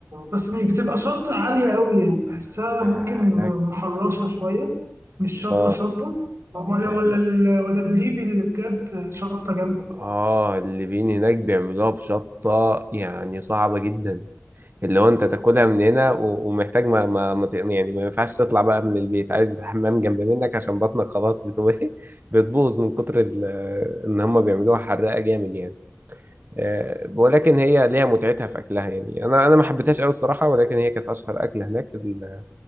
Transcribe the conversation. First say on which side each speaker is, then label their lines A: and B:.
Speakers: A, on the right; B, on the right.
A: بس مش بتبقى شطة عالية قوي يعني بحسها
B: آه،
A: ممكن
B: هناك
A: محرشة شوية مش شطة
B: آه
A: شطة ولا
B: هناك
A: ولا ال- ولا الليبي اللي بجد شطة جامدة بجد
B: آه الليبيين هناك بيعملوها بشطة يعني صعبة جدا اللي هو انت تاكلها من هنا و- ومحتاج ما, ما, ما ت- يعني ما ينفعش تطلع بقى من البيت عايز الحمام جنب منك عشان بطنك خلاص بتبقى <laughs> بتبوظ من كتر ال- ان هم بيعملوها حراقه جامد يعني آه، ولكن هي ليها متعتها في اكلها يعني انا انا ما حبيتهاش قوي الصراحه ولكن هي كانت اشهر اكله هناك ال-